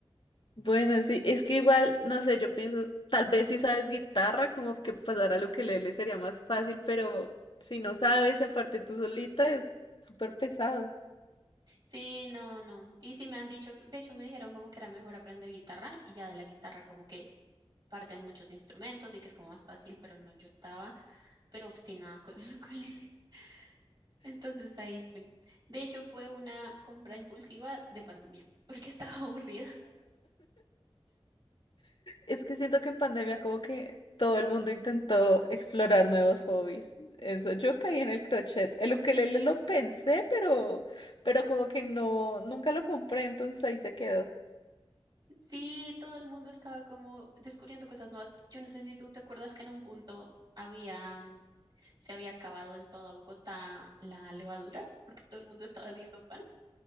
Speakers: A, on the left; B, on the right.
A: Bueno, sí, es que igual, no sé, yo pienso, tal vez si sabes guitarra, como que pasar al ukelele sería más fácil, pero si no sabes y aparte tú solita es súper pesado.
B: Sí, no, no. Y sí me han dicho, que- de hecho me dijeron como que era mejor aprender guitarra y ya de la guitarra como que parten muchos instrumentos y que es como más fácil, pero no, yo estaba pero obstinada <laughs> con el ukulele. Entonces ahí fui. De hecho fue una compra impulsiva de pandemia, porque estaba <laughs> aburrida
A: Es que siento que en pandemia como que todo el mundo intentó explorar nuevos hobbies. Eso, yo caí en el crochet. El ukelele lo pensé, pero, pero como que no, nunca lo compré, entonces ahí se quedó.
B: Sí, todo el mundo estaba como descubriendo cosas nuevas. Yo no sé si tú te acuerdas que en un punto había, mm, se había acabado en toda Bogotá la levadura, porque todo el mundo estaba haciendo pan.